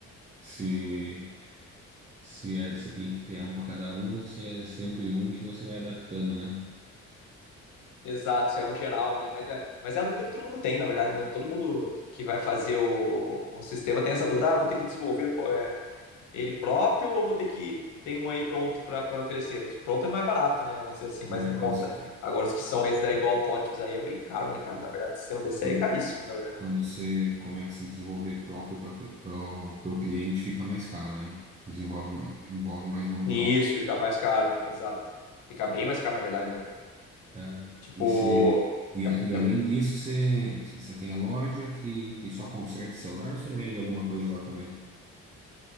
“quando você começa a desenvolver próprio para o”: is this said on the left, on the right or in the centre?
Right